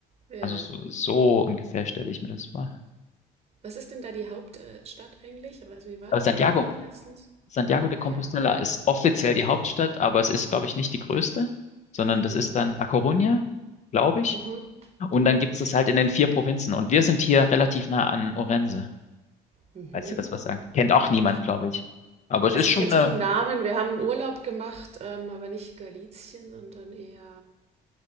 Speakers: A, on the right; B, on the left.
A: Ja.
B: Also, so, so ungefähr stelle ich mir das vor.
A: Was ist denn da die Hauptstadt eigentlich? Also wie war
B: Aber
A: der
B: Santiago,
A: Norden letztens?
B: Santiago de
A: Ah
B: Compostela
A: ja,
B: ist offiziell
A: okay.
B: die Hauptstadt,
A: Mhm.
B: aber es ist, glaube ich, nicht die größte, sondern das
A: Mhm.
B: ist dann A Coruña, glaube ich.
A: Mhm.
B: Und
A: Ja.
B: dann gibt es das halt in den vier Provinzen. Und wir sind hier relativ nah an Orense,
A: Mhm.
B: falls ihr das was sagt. Kennt auch
A: ja.
B: niemand, glaube ich. Aber es
A: Also
B: ist
A: ich
B: schon
A: kenne so
B: eine
A: vom Namen, wir haben einen Urlaub gemacht, ähm, aber nicht Galizien, sondern eher,